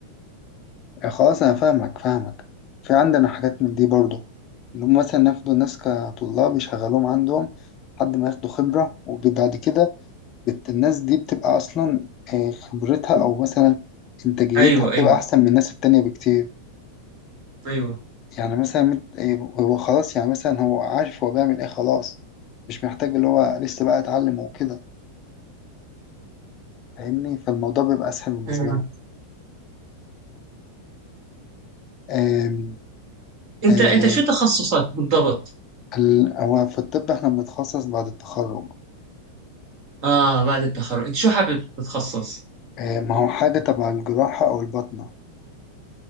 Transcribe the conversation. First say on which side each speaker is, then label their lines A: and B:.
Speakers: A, on the left; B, on the right.
A: خلاص انا فاهمك فاهمك في عندنا حاجات من دي برضو اللي هم مثلا ياخدوا ناس كطلاب يشغلوهم عندهم لحد ما ياخدوا خبرة وبعد كده بت- الناس دي بتبقى اصلا آه، خبرتها او مثلا انتاجيتها
B: ايوه
A: بتبقى
B: ايوه
A: احسن من الناس التانية بكتير
B: ايوه
A: يعني مثلا مت- آه، هو خلاص يعني مثلا هو عارف هو بيعمل ايه خلاص مش محتاج اللي هو لسه بقى اتعلم وكده فاهمني فالموضوع بيبقى اسهل بالنسبة
B: ايوه
A: لهم آم،
B: انت
A: آه،
B: انت شو تخصصك بالضبط
A: ال- هو في الطب احنا بنتخصص بعد التخرج
B: اه بعد التخرج انت شو حابب تتخصص
A: آه، ما هو حاجة تبع الجراحة أو الباطنة